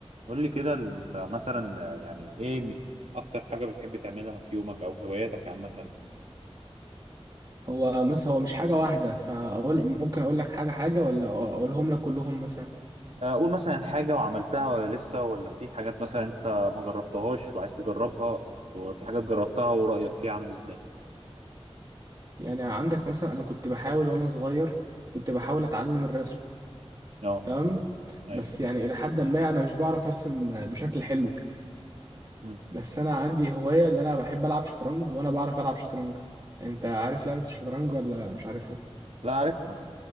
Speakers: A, on the right; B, on the right.
A: قول لي كده انت مثلا يعني ايه م- اكتر حاجة بتحب تعملها في يومك او هواياتك عامة
B: هو مثلا هو مش حاجة واحدة فأقول ممكن أقول لك حاجة حاجة ولا أقولهم لك كلهم مثلا
A: اقول مثلا حاجة وعملتها ولا لسه ولا في حاجات مثلا انت ما جربتهاش وعايز تجربها وفي حاجات جربتها ورأيك فيها عامل ازاي
B: يعني عندك مثلا أنا كنت بحاول وأنا صغير كنت بحاول أتعلم الرسم
A: اه
B: تمام
A: ايوه
B: بس يعني إلى حد ما أنا مش بعرف أرسم بشكل حلو
A: مم.
B: بس أنا عندي هواية اللي أنا بحب ألعب شطرنج وأنا بعرف ألعب شطرنج أنت عارف لعبة الشطرنج ولا مش عارفها؟
A: لا عارفها انت